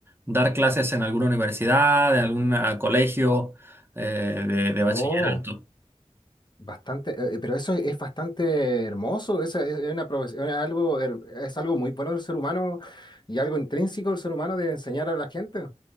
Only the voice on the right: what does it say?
Dar clases en alguna universidad, en algún ah, colegio eh, de, de bachillerato.